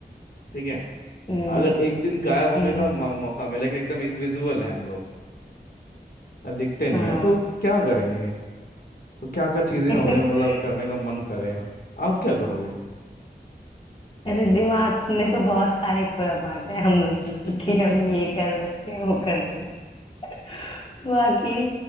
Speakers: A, on the left; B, on the left.
A: ठीक है
B: हम्म
A: अगर एक दिन गायब होने
B: हम्म
A: का मौ- मौका मिला कि एकदम इनविजिबल है हम लोग अ, दिखते नहीं
B: हाँ
A: है तो क्या करेंगे तो क्या क्या चीजें
B: <laughs>
A: हमें मतलब करने का मन करेगा आप क्या करोगे
B: ऐसे दिमाग में तो बहुत सारे खुराफात है हम लोग
A: <laughs>
B: के कि हम ये कर सकते हैं वो कर सकते हैं। बाकी